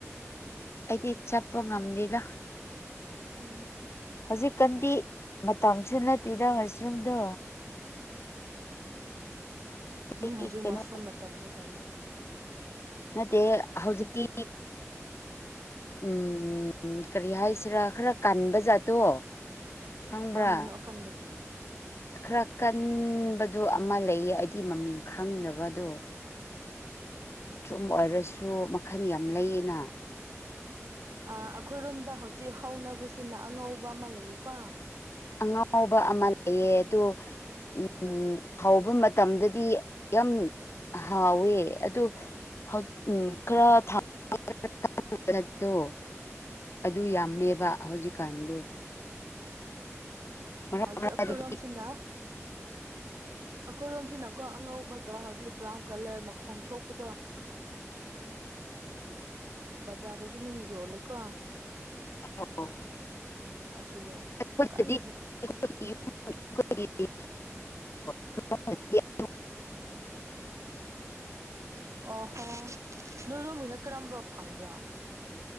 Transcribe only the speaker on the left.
ꯑꯩꯗꯤ ꯆꯠꯄ ꯉꯝꯗꯦꯗ
ꯍꯧꯖꯤꯛꯀꯥꯟꯗꯤ ꯃꯇꯝꯁꯨ ꯅꯠꯇꯦꯗ ꯃꯁꯔꯨꯝꯗꯣ
ꯑꯩ
ꯀꯩꯅꯣ
ꯅꯠꯇꯦ ꯍꯧꯖꯤꯛꯇꯤ ꯎꯝ ꯀꯔꯤ ꯍꯥꯏꯁꯤꯔ ꯈꯔ ꯀꯟꯕ ꯖꯥꯠꯇꯣ ꯈꯪꯕ꯭ꯔꯥ
ꯈꯔ ꯀꯟꯕꯗꯨ ꯑꯃ ꯂꯩꯌꯦ ꯑꯩꯗꯤ ꯃꯃꯤꯡ ꯈꯪꯗꯕꯗꯣ ꯇ꯭ꯔꯨꯝ ꯑꯣꯏꯔꯁꯨ ꯃꯈꯟ ꯌꯥꯝ ꯂꯩꯌꯦꯅ
ꯑꯉꯥꯎꯕ ꯑꯃ ꯂꯩꯌꯦ ꯑꯗꯨ ꯎꯝ ꯍꯥꯎꯕ ꯃꯇꯝꯗꯗꯤ ꯌꯥꯝ ꯍꯥꯎꯋꯦ ꯑꯗꯨ <unintelligible> ꯑꯗꯨ ꯌꯥꯝꯃꯦꯕ ꯍꯧꯖꯤꯛꯀꯥꯟꯗꯣ ꯃꯔꯛ
ꯃꯔꯛꯇꯗꯤ
ꯑꯧ
<unintelligible>
<unintelligible>